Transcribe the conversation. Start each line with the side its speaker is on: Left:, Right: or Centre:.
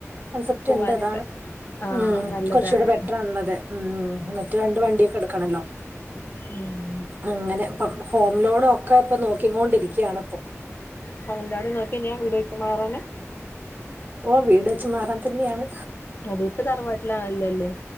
Right: കോൺസെപ്റ്റ്-
Left: പോവാനൊക്കെ
Right: ഉണ്ട്, അതാണ്
Left: ആ
Right: ഉം,
Left: നല്ലതാണ്
Right: കുറച്ചുകൂടെ- ബെറ്ററാണുള്ളത്. ഉം, മിറ്റത്തു രണ്ട് വണ്ടിയൊക്കെ- എടുക്കണല്ലോ?
Left: ഉം!
Right: അങ്ങനെ ഇപ്പം, ഹോം ലോണ ഒക്കെ ഇപ്പ, നോക്കൊണ്ടിരിക്കയാണ് ഇപ്പോ.
Left: ഹോം ലോണ് ങ്ങക്ക് ന്തിനാ വീട് വെച്ച് മാറാന?
Right: ഓ, വീട് വച്ച് മാറാൻ തന്നെയാണ്.
Left: അതെ, ഇപ്പ തറവാട്ടിലാണല്ലോല്ലേ?